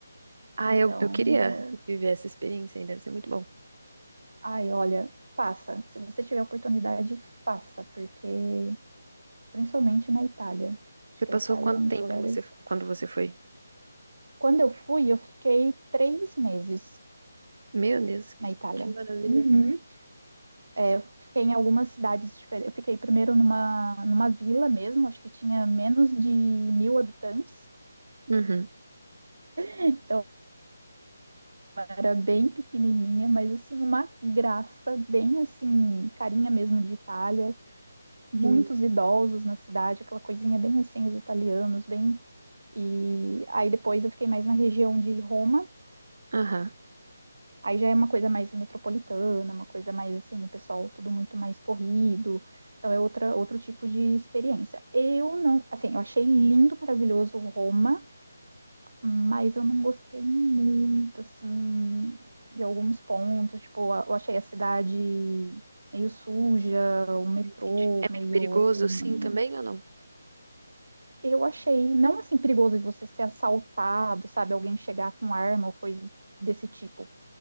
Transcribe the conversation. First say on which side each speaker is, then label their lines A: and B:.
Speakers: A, on the right; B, on the right.
A: Ah,
B: Então,
A: eu, eu queria
B: né?
A: viver essa experiência aí, deve ser muito bom.
B: ai, olha, faça. Se você tiver oportunidade, faça, porque principalmente na Itália. Acho
A: Você
B: que
A: passou
B: a Itália
A: quanto
B: é um
A: tempo
B: dos lugares.
A: você, quando você foi?
B: Quando eu fui, eu fiquei três meses
A: Meu Deus,
B: na Itália.
A: que maravilha.
B: Uhum. É, eu fiquei em algumas cidades diferentes. Eu fiquei primeiro numa, numa vila mesmo, acho que tinha menos de mil habitantes.
A: Uhum,
B: Então era bem pequenininha, mas assim, uma graça, bem assim, carinha mesmo de Itália. Muitos
A: sim.
B: idosos na cidade, aquela coisinha bem assim, os italianos, bem. E aí depois eu fiquei mais na região de Roma.
A: Aham,
B: Aí já é uma coisa mais metropolitana, uma coisa mais assim, o pessoal tudo muito mais corrido. Então é outra, outro tipo de experiência. Eu não, assim, eu achei lindo, maravilhoso Roma, mas eu não gostei muito, assim, de alguns pontos. Tipo, eu achei a cidade meio suja, o metrô
A: entendi. É
B: meio
A: meio perigoso,
B: assim.
A: sim, também ou não?
B: Eu achei, não assim, perigoso de você ser assaltado, sabe? Alguém chegar com arma ou coisa desse tipo